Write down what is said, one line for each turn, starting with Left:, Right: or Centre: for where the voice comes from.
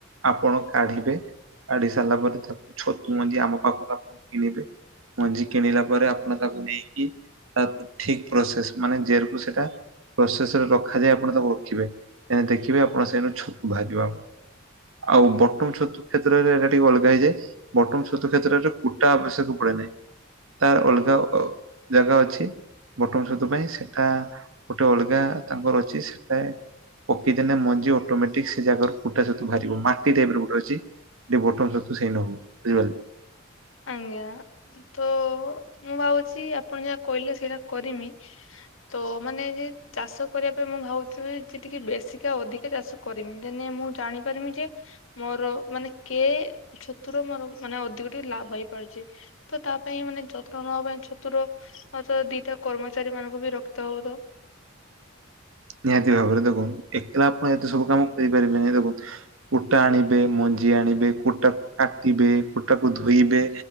Right: ଆପଣ କାଢିବେ, କାଢି ସାରିଲା ପରେ ତାକୁ ଛତୁ ମଞ୍ଜି ଆମ ପାଖରୁ ଆପଣ କିଣିବେ। ମଞ୍ଜି କିଣିଲା ପରେ ଆପଣ ତାକୁ ନେଇକି ତା ଠିକ ପ୍ରସେସ ମାନେ ଯେରକୁ ସେଟ ପ୍ରୋସେସ ରେ ରଖାଯାଏ ଆପଣ ତାକୁ ରଖିବେ, ଦେଖିବେ ଆପଣ ସେଇଠୁ ଛତୁ ବାହାରିବ ଆ ଆଉ ବଟମ ଛତୁ କ୍ଷେତ୍ରରେ ଏଟା ଟିକେ ଅଲଗା ହେଇଯାଏ। ବଟମ ଛତୁ କ୍ଷେତ୍ରରେ କୁଟା ଆବଶ୍ୟକ ପଡେ ନାହିଁ, ତାର ଅଲଗା ଅ ଜାଗା ଅଛି। ବଟନ ଛତୁ ପାଇଁ ସେଟା ଗୋଟେ ଅଲଗା ତାଙ୍କର ଅଛି ସେଟା ପକେଇଦେଲେ ମଞ୍ଜି ଅଟୋମେଟିକ୍ ସେ ଜାଗାରୁ ଫୁଟା ସତୁ ବାହାରିବ। ମାଟି ଟାଇପ ଗୋଟେ ଅଛି ଟ ବୋଟ ସତ ସେଇ ନ ହଉ, ବୁଝିପାରିଲେ।
Left: ଆଜ୍ଞା ତ ମୁଁ ଭାବୁଛି ଆପଣ ଯାହା କହିଲେ ସେଇଟା କରିମି। ତ ମାନେ ଯେ ଚାଷ କରିବା ପାଇଁ ମୁଁ ଭାବୁଛି ଯେତିକି ବେଶୀକା ଅଧିକା ଚାଷ କରମି ଦେନେ ମୁଁ ଜାଣିପାରମି ଯେ ମୋର ମାନେ କେ ଛତୁର ମୋର ମାନେ ଅଧିକ ଟିକେ ଲାଭ ହେଇପାରୁଛି। ତ ତା ପାଇଁ ମାନେ ଯତ୍ନ ନବା ପାଇଁ ଛତୁର। ହଉ ତ ଦିଟା କର୍ମଚାରୀ ମାନଙ୍କୁ ବି ରକ୍ତ ହଉ ତ।
Right: ନିହାତି ଭାବରେ ଦେଖୁ ଏକଲା ଆପଣ ଏତେ ସବୁ କାମ କରିପାରିବେନି ଦେଖୁ କୁଟା ଆଣିବେ ମଞ୍ଜି ଆଣିବେ କୁଟା କାଟିବେ କୁଟାକୁ ଧୋଇବେ।